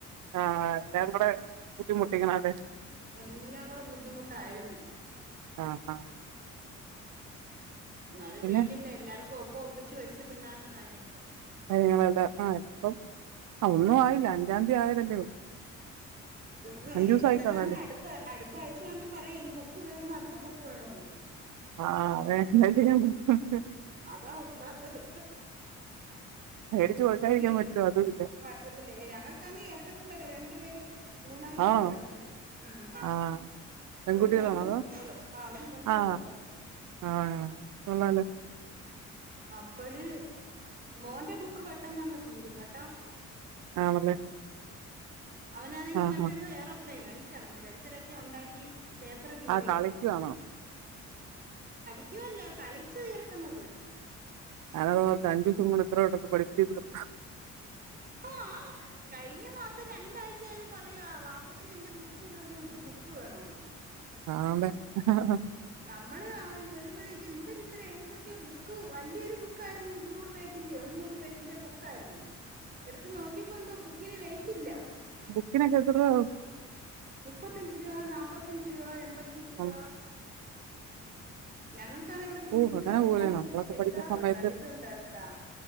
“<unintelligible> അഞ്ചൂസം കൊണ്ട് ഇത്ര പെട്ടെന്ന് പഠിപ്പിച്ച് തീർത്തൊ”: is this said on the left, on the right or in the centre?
Right